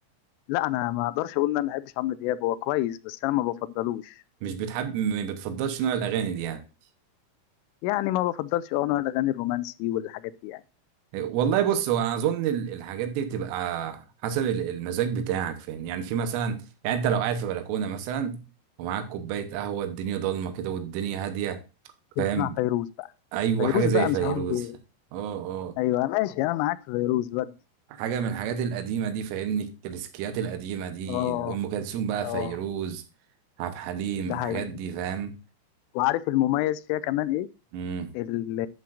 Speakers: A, on the left; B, on the right.
A: لا انا ما اقدرش اقول ان انا ما بحبش عمرو دياب هو كويس بس انا ما بفضلوش
B: مش بتحب ما بتفضلش نوع الاغاني دي يعني
A: يعني ما بفضلش اه نوع الاغاني الرومانسي والحاجات دي يعني
B: والله بص هو انا اظن ال- الحاجات دي بتبقى حسب ال- المزاج بتاعك فاهم يعني في مثلا يعني انت لو قاعد في بلكونه مثلا ومعاك كوبايه قهوه الدنيا ضلمه كده والدنيا هاديه فاهم
A: بنسمع فيروز بقى
B: ايوه
A: فيروز
B: حاجه زي
A: بقى
B: فيروز
A: مش عمرو دياب
B: اه اه
A: ايوه ماشي انا معاك في فيروز ودي
B: حاجه من الحاجات القديمه دي فاهمني الكلاسيكيات القديمه دي
A: اه
B: ام كلثوم بقى فيروز
A: اه
B: عبد الحليم
A: ده
B: الحاجات
A: حقيقي
B: دي فاهم
A: وعارف المميز فيها كمان ايه
B: امم
A: ال-